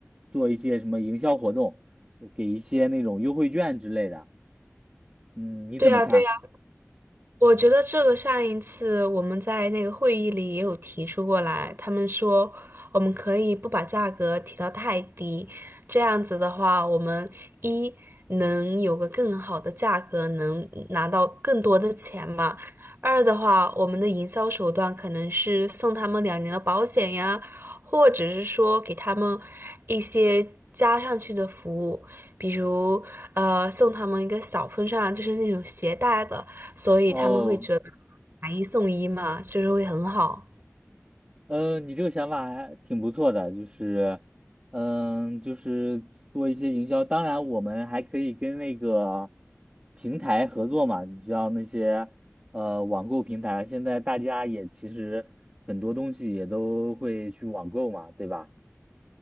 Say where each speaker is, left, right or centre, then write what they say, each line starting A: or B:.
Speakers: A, on the right (about 20°); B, on the right (about 45°).
A: 做一些什么营销活动，呃给一些那种优惠券之类的。嗯，你怎么看？
B: 对呀，对呀。我觉得这个上一次我们在那个会议里也有提出过来，他们说我们可以不把价格提到太低，这样子的话，我们一能有个更好的价格，能拿到更多的钱嘛；二的话，我们的营销手段可能是送他们两年的保险呀，或者是说给他们一些加上去的服务，比如呃送他们一个小风扇，就是那种携带的。所以他们会觉得
A: 哦。
B: 买一送一嘛，就是会很好。
A: 嗯，你这个想法还挺不错的，就是，嗯，就是做一些营销。当然，我们还可以跟那个平台合作嘛。你知道那些呃网购平台，现在大家也其实很多东西也都会去网购嘛，对吧？